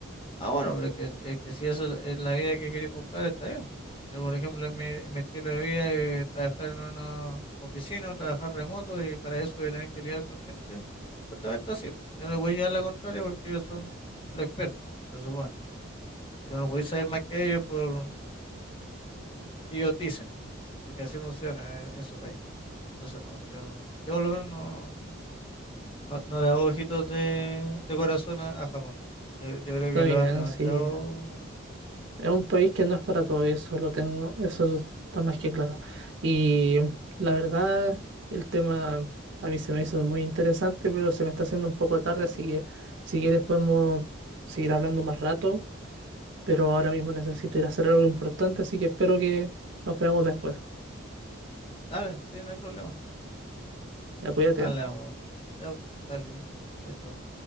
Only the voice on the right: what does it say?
Está
bien,
sí. Es un país que no es para todo, y eso lo tengo, eso está más que claro. Y la verdad, el tema a mí se me hizo muy interesante, pero se me está haciendo un poco tarde, así que si quieres podemos seguir hablando más rato, pero ahora mismo necesito ir a hacer algo importante, así que espero que nos veamos después.
Ya cuídate.